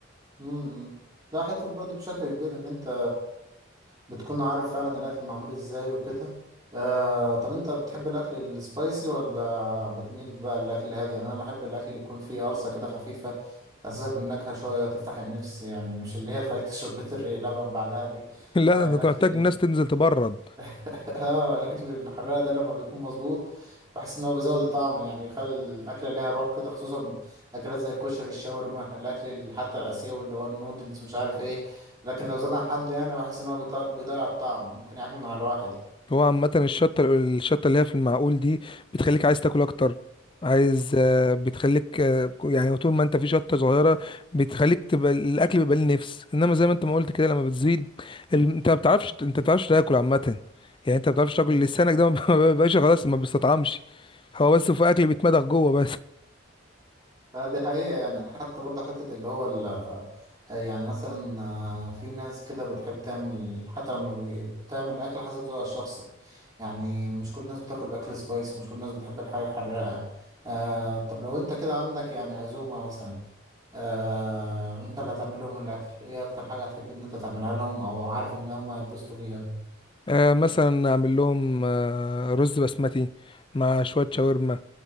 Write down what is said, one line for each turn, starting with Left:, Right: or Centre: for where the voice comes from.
Right: امم ده حتة برضه بشكل كبير ان انت بتكون عارف فعلا الاكل معمول ازاي وكده آه طب انت بتحب الاكل السبايسي ولا بتميل بقى للاكل الهادي يعني انا بحب الاكل اللي يكون فيه قرصة كده خفيفة تحسسك بالنكهة شوية وتفتح النفس يعني مش اللي هي تخليك <laughs> تشرب لتر لبن بعدها دي
Left: <laughs> لا
Right: لا
Left: ده انت
Right: الاكل
Left: محتاج الناس تنزل تبرد
Right: <laughs> اه الاكل الحراق ده لما بيكون مظبوط بحس ان هو بيزود الطعم يعني بيخلي الاكله ليها روح كده خصوصا اكلات زي الكشري الشاورما الاكل ال- حتى الاسيوي اللي هو النودلز مش عارف ايه لكن لو زاد عن حد يعني بحس ان هو بيط- بيضيع الطعم ممكن يعكنن على الواحد يعني
Left: هو عامة الشطة الشطة اللي هي في المعقول دي بتخليك عايز تاكل أكتر عايز آه، بتخليك آه، يعني طول ما انت في شطة صغيرة بتخليك تبقى الأكل بيبقى ليه نفس انما زي ما انت ما قلت كده لما بتزيد ال- انت ما بتعرفش انت ما بتعرفش تاكل عامة يعني انت ما بتعرفش تاكل
Right: مم.
Left: لسانك ده ما بيبقاش خلاص ما بيستطعمش هو بس في أكل بيتمضغ جوه بس
Right: لا دي حقيقة يعني حتى برضه حتة اللي هو ال آه، يعني مثلا آه، في ناس كده بتحب تعمل حتى لما بي- بتعمل أكل حسب ذوقها الشخصي يعني مش كل الناس بتاكل أكل سبايسي مش كل الناس بتحب الحاجة الحراقة آه طب لو أنت كده عندك يعني عزومة مثلا آه أنت اللي هتعمل لهم الأكل إيه أكتر حاجة هتحب إن أنت تعملها لهم أو عارف إن هم هيتبسطوا فيها؟
Left: آه مثلا أعمل لهم آه رز بسمتي مع شوية شاورما